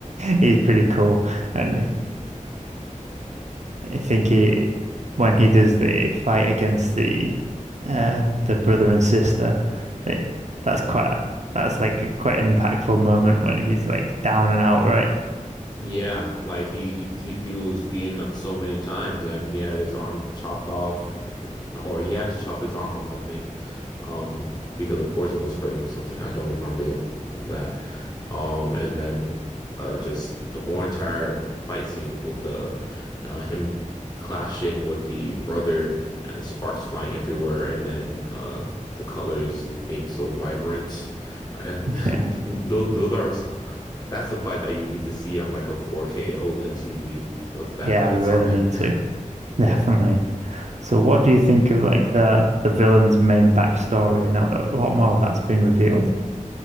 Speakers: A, on the right; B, on the left.
A: <laughs> he's pretty cool, and
B: yeah,
A: I think he when he does the fight against the uh, the brother and sister, it, that's quite that's like quite an impactful moment when he's like down and out, right?
B: yeah. Like he he he was beaten up so many times, and he had his arm chopped off, or he had to chop his arm off, I think, um, because the poison was spreading or something. I don't remember that. Um, and then uh, just the whole entire fight scenes with the uh, him clashing with the brother and the sparks flying everywhere, and then uh, the colors being so vibrant. And
A: <laughs>
B: <laughs>
A: Yeah.
B: th th- those are. That's the fight that you need to see on like a 4K OLED TV with backlights
A: Yeah, I really
B: on it.
A: need to.
B: <laughs>
A: <laughs> Definitely.
B: Yeah.
A: So what do you think of like the the villain's main backstory now that a lot more of that's been revealed?